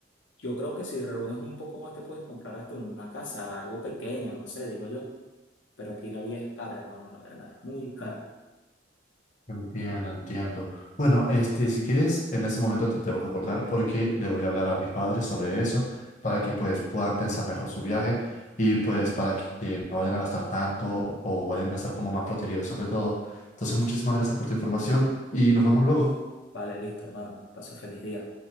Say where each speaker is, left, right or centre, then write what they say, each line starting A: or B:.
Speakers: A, on the left (about 80°); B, on the left (about 40°).
A: yo creo que si reúnes un poco más te puedes comprar hasta una casa, algo pequeño, no sé, digo yo. Pero aquí la vida es cara, hermano, la verdad, es muy cara.
B: Entiendo, entiendo. Bueno, este, si quieres, en este momento te tengo que colgar porque le voy a hablar a mis padres sobre eso para que pues puedan pensar mejor su viaje y pues para que, que no vayan a gastar tanto o vayan a estar como más protegidos ante todo. Entonces, muchísimas gracias por tu información y nos vemos luego.
A: Vale, listo, hermano. Pase feliz día.